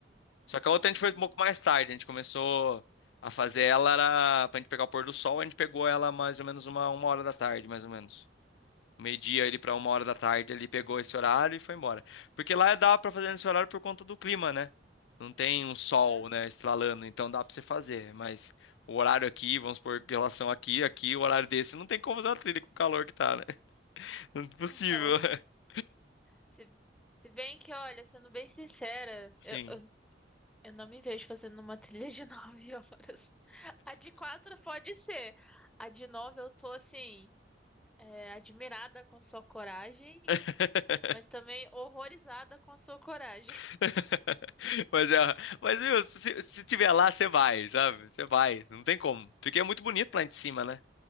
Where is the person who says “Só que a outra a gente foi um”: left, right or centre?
Left